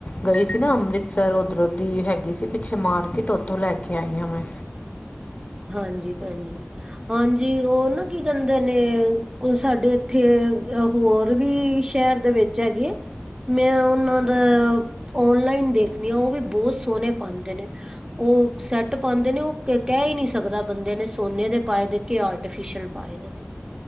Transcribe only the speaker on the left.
ਗਈ ਸੀ ਨਾ ਅੰਮ੍ਰਿਤਸਰ, ਉੱਧਰੋਂ ਦੀ ਹੈਗੀ ਸੀ ਪਿੱਛੇ ਮਾਰਕੀਟ, ਉੱਥੋਂ ਲੈ ਕੇ ਲੇਆਈ ਹਾਂ ਮੈਂ।